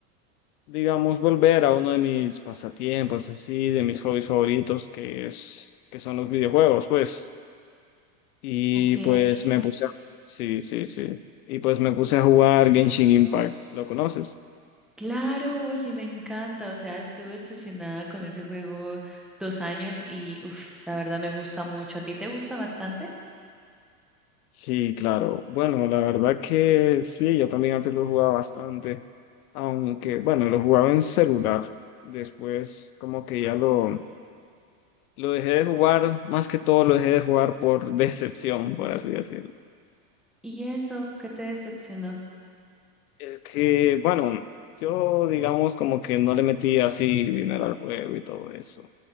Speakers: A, on the left; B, in the centre.
A: digamos, volver a uno de mis pasatiempos, así, de mis hobbies favoritos, que es, que son los videojuegos, pues. Y
B: Ok,
A: pues me puse a... Sí, sí, sí. Y pues me puse a jugar Genshin Impact. ¿Lo conoces?
B: claro, pues sí me encanta. O sea, estuve obsesionada con ese juego dos años y, uff, la verdad me gusta mucho. ¿A ti te gusta bastante?
A: Sí, claro. Bueno, la verdad que sí, yo también antes lo jugaba bastante. aunque bueno, lo jugaba en celular. Después como que ya lo, lo dejé de jugar, más que todo lo dejé de jugar por <laughs> decepción, por así decirlo.
B: ¿Y eso qué te decepcionó?
A: Es que, bueno, yo digamos como que no le metí así dinero al juego y todo eso.